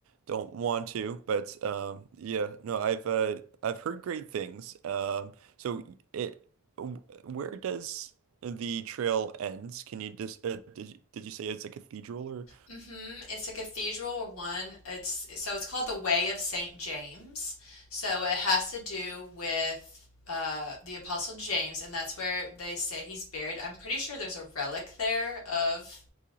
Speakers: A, on the right; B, on the left.
A: don't want to, but um yeah, no, I've uh I've heard great things. Um so it w- where does the trail ends? Can you just uh, did you, did you say it's a cathedral or
B: hmm It's a cathedral one. It's so it's called the Way of Saint James. So it has to do with uh, the Apostle James, and that's where they say he's buried. I'm pretty sure there's a relic there of